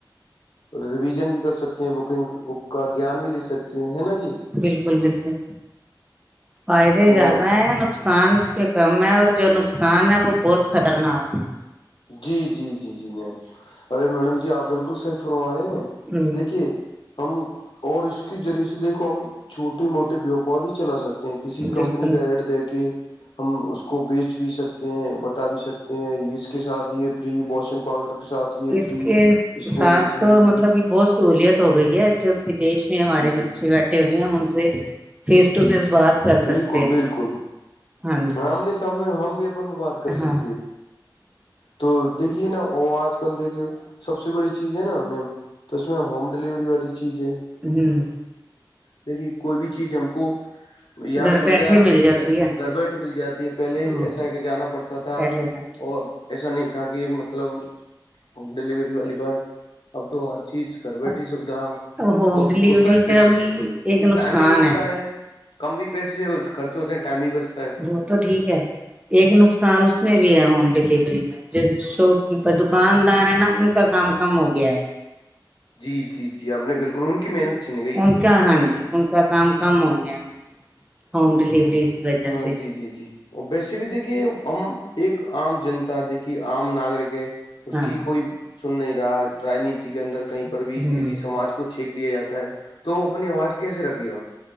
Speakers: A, on the left; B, on the right.
A: اور ریویژن بھی کر سکتے بکنگ بک کا گیان بھی لے سکتی ہیں ہے نا جی
B: بالکل بالکل فائدے
A: اور
B: زیادہ ہیں نقصان اس کے کم ہے اور جو نقصان ہے وہ بہت خطرناک ہے
A: جی جی جی جی میم ارے میڈم جی آپ بالکل صحی فرم آ رہی ہیں
B: ہے ہ
A: دیکھیے ہم اور اس کے ذریعے سے دیکھو ہم چھوٹے موٹے بیوپار بھی چلا سکتے کسی
B: بالکل
A: کمپنی کا ایڈ دے کے ہم اس کو بیچ بھی سکتے ہیں بتا بھی سکتے ہیں یہ سب کے ساتھ یہ فری واشنگ پاؤڈر کے ساتھ یہ
B: اس
A: فری
B: کے
A: اس کو
B: ساتھ
A: لےجے یہ
B: تو مطلب کہ بہت سہولیت ہو گئی ہے جو دیش میں ہمارے
A: جی جی
B: بچے بیٹھے ہوئے ہم ان سے فیس ٹو
A: جی
B: فیس
A: جی
B: بات
A: جی
B: کر
A: بالکل
B: سکتے
A: بالکل
B: ہاں جی
A: آمنے سامنے ہم بھی اپن بھی بات کر
B: ہاں
A: سکتی ہے تو دیکھیے نا وہ آج کل دیکھیے سب سے بڑی چیز ہے نا میم تو اس میں ہوم ڈیلیوری والی چیز ہے
B: ہوں <unintelligible>
A: دیکھی کوئی بھی چیز ہم کو یہاں
B: گھر
A: سویدھا
B: بیٹھے مل جاتی
A: پہل
B: ہے
A: گھر بیھ مل جاتی ہے پہلے
B: ہاں
A: ہی ایسا
B: جی
A: ہے کہ جانا پڑتا تھا
B: پہلے ہاں
A: اور ایسا نہیں تھا کہ مطلب ڈلیوری والی بات اب تو ہر چیز کر بیٹھی
B: اب
A: سوھا
B: اب ہوم
A: اور
B: ڈلیوری
A: اس کا اس سے
B: بھی ایک نقصان
A: ٹائم بھی بچتا ہے کم بھی پیسے سے خرچے ہوتے ہیں ٹائم ہی بس
B: وہ تو ٹھیک ہے ایک نقصان اس میں بھی ہے ہوم ڈلیوری میں جو شاپ کیپر دکاندار ہے نا ان کا کام کم ہو گیا ہے
A: جی جی جی آپ نے بالکل ان کی محنت چن گئی
B: ان کا ہاں جی ان کا کام کم ہو گیا ہوم ڈلیوری کی وجہ
A: ہاں
B: سے
A: جی جی ویسے بھی دیکھیے ہم ایک عام جنتا دیکھیے عام ناگرک ہے اس
B: ہاں
A: کی کوئی سن نہیں رہا راجنیتی کے اندر کہیں پر
B: ہوں
A: بھی کسی سماج کو چھینک دیا جاتا ہے تو اپنی آواز کیسے رکھے گا